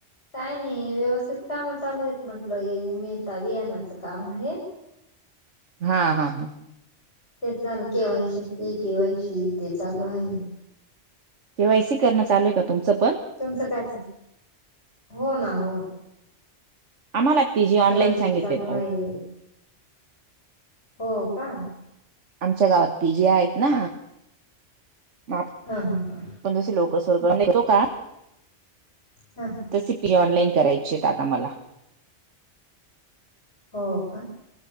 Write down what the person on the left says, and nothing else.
काय नाही व्यवस्थित काम चालू येत म्हंटलं उमेद बियानाचं काम आहे
ते चालू के वाय सी ही के वाय सी ते चालू आहे.
तुमचं काय चाल, हो ना हो ना.
K
Y
C चालू
आहे. हो का?
हा हा हा
हां हां.
हो का?